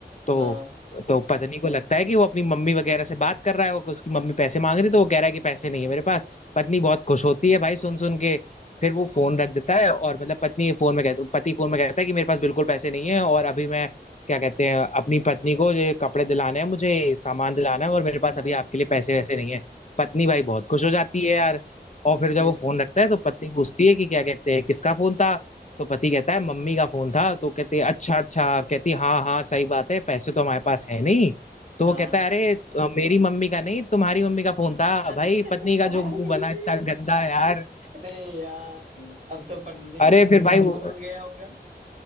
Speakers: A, on the left; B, on the right.
A: तो
B: हाँ
A: तो पत्नी को लगता है कि वो अपनी मम्मी वगैरह से बात कर रहा है वो उसकी मम्मी पैसे मांग रही तो वो कह रहा है कि पैसे नहीं है मेरे पास पत्नी बहुत खुश होती है भाई सुन सुन के फिर वो फोन रख देता है और मतलब पत्नी फोन में कहता पति फोन में कहता है कि मेरे पास बिल्कुल पैसे नहीं है और अभी मैं क्या कहते हैं अपनी पत्नी को ये कपड़े दिलाने हैं मुझे सामान दिलाना है और मेरे
B: हाँ
A: पास अभी आपके लिए पैसे वैसे नहीं है पत्नी भाई बहुत खुश हो जाती है यार और
B: कृष्ण
A: फिर जब वो फोन रखता है तो पत्नी पूछती है कि क्या कहते हैं किसका फोन था तो पति कहता है मम्मी का फोन था तो कहती है अच्छा अच्छा कहती है, हाँ हाँ सही बात है पैसे तो हमारे पास है नहीं तो
B: हाँ
A: वो कहता है अरे अ, मेरी मम्मी का नहीं तुम्हारी मम्मी का फोन था
B: <laughs> अरे
A: भाई पत्नी का
B: भाई
A: जो मुंह बना इतना गंदा यार
B: अरे यार अब तो पत्नी
A: अरे
B: पत्नी
A: फिर भाई
B: का
A: वो-
B: मुंह बन गया होगा